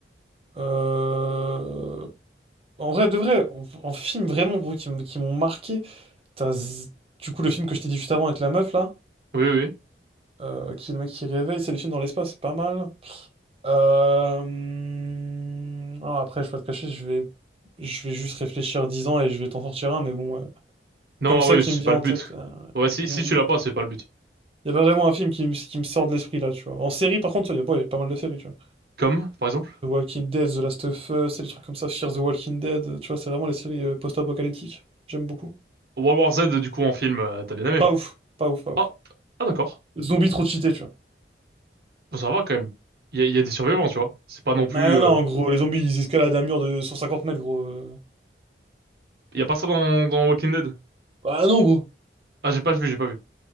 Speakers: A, on the right; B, on the right.
A: Euh, En vrai, de vrai, en, en film vraiment, gros, qui, m- qui m'ont marqué, t'as z- du coup le film que je t'ai dit juste avant avec la meuf là,
B: Oui, oui, oui.
A: euh, qui est le mec qui réveille, c'est les films dans l'espace, c'est pas mal. Euh, hum, ah, après, je vais pas te cacher, je vais, je vais juste réfléchir 10 ans et je vais t'en sortir un, mais bon, euh,
B: Non,
A: comme ça
B: oui,
A: qui
B: c'est
A: me vient
B: pas le
A: en
B: but.
A: tête. euh,
B: Ouais, si,
A: Il
B: si
A: il-
B: tu l'as pas,
A: il-
B: c'est pas le but.
A: il y a pas vraiment un film qui, me- qui me sort de l'esprit là, tu vois. En série, par contre, il y a, bon, il y a pas mal de séries, tu vois.
B: Comme, par exemple,
A: The Walking Dead, The Last of Us, c'est des trucs comme ça, Fear the Walking Dead, euh, tu vois, c'est vraiment les séries euh, post-apocalyptiques. J'aime beaucoup.
B: World War Z, du coup, en film, euh, t'as bien aimé.
A: Pas ouf, pas ouf, pas ouf.
B: Ah, ah d'accord.
A: Zombies trop cheatés, tu vois.
B: Bon, ça va quand même. Il y a, il y a des survivants, tu vois. C'est pas non plus...
A: Non,
B: euh,
A: non, en gros, les zombies, ils escaladent un mur de 150 mètres, gros. Euh.
B: Il y a pas ça dans, dans Walking Dead.
A: Ah non, gros.
B: Ah, j'ai pas vu, j'ai pas vu.